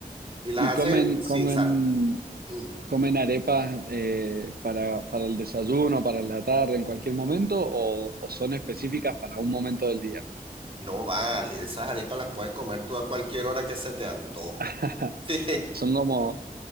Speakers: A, on the right; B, on the right.
A: y las
B: Y comen,
A: hacen sin
B: comen,
A: sal. <clears throat>
B: comen arepas eh, para, para el desayuno, para la tarde, en cualquier momento, o, o son específicas para un momento del día.
A: No vale, esas arepas las puedes comer tú a cualquier hora que se te antoje.
B: <laughs>
A: <laughs> Sí,
B: Son como,